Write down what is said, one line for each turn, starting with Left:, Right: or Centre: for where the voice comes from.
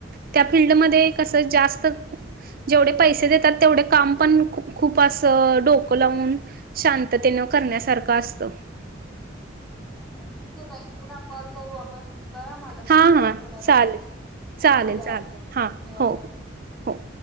Right: त्या फील्ड मधे कस जास्त जेवढे पैसे देतात तेवढे काम पण खूप डोकं लावून शांततेन करण्यासारखं पास्तव
Centre: अ ठीक आहे तई पुन्हा कॉल करू आपण करा मला तुम्ही
Right: हां हां
Centre: कॉल थोड्या
Right: चालेल
Centre: वेळ
Right: चालेल
Centre: काय झालंय
Right: चालेल
Centre: आपलं धन्यवाद
Right: हां हो हो